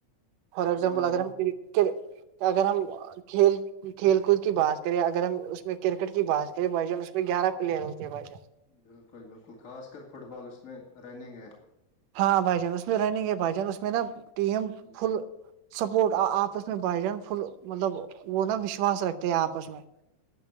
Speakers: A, on the right (about 70°); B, on the left (about 25°).
A: فار ایگزامپل
B: ہاں
A: اگر
B: وہ
A: ہم کر اگر ہم کھیل کھیل کود کی بات کرے اگر ہم اس میں کرکٹ کی بات کریں بھائی جان اس میں گیارہ پلیئر ہوتے ہیں بھائی جان
B: بالکل بالکل خاص کر فٹ بال اس میں رننگ ہے
A: ہاں بھائی جان اس میں رننگ ہے بھائی جان اس میں نا ٹیم
B: بالکل
A: فل سپورٹ آپس میں بھائی جان فل مطلب وہ نا وشواس رکھتے ہیں آپس میں <inaudible>